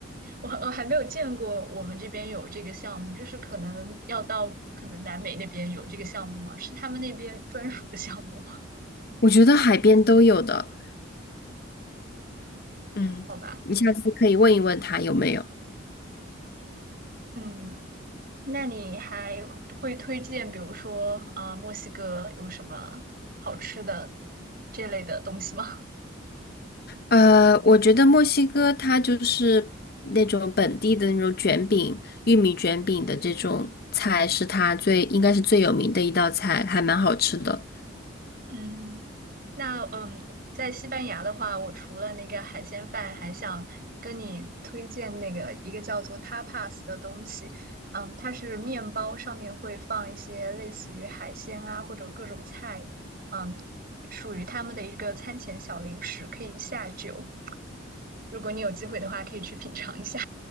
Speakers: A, on the right; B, on the left.
A: 我我还没有见过我们这边有这个项目，就是可能要到可能南美那边有这个项目吗？是他们那边专属的项目吗？
B: 我觉得海边都有的。嗯，
A: 好吧。
B: 你下次可以问一问他有没有。
A: 嗯，那你还会推荐，比如说，呃，墨西哥有什么好吃的这类的东西吗？
B: 呃，我觉得墨西哥它就是那种本地的那种卷饼、玉米卷饼的这种菜，是它最应该是最有名的一道菜，还蛮好吃的。
A: <laughs> 嗯，那嗯，在西班牙的话，我除了那个海鲜饭，还想跟你推荐那个一个叫做 tapas 的东西。嗯，它是面包上面会放一些类似于海鲜啊或者各种菜，嗯，属于他们的一个餐前小零食，可以下酒。如果你有机会的话，可以去品尝一下。